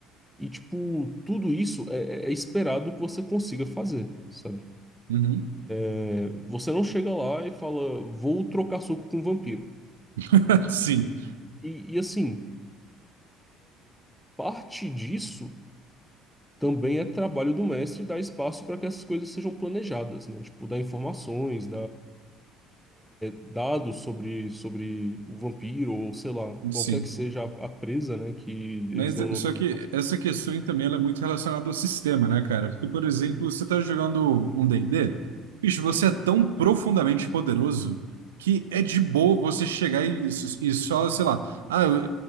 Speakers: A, in the centre; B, on the right.
A: e, tipo, tudo isso é, é- é esperado que você consiga fazer, sabe?
B: Uhum.
A: É, você não chega lá e fala, vou trocar soco com um vampiro.
B: <laughs> Sim,
A: E, e, assim, parte disso também é trabalho do mestre dar espaço para que essas coisas sejam planejadas, né? Tipo, dar informações, dados sobre, sobre o vampiro, ou sei lá,
B: sim.
A: qualquer que seja a, a presa, né? Que eles
B: Mas
A: dão
B: eh,
A: nome
B: só que essa questão aí também ela é muito relacionada ao sistema, né, cara? Porque, por exemplo, você tá jogando um D&D, bicho, você é tão profundamente poderoso que é de boa você chegar e, e só, sei lá, ah, eu,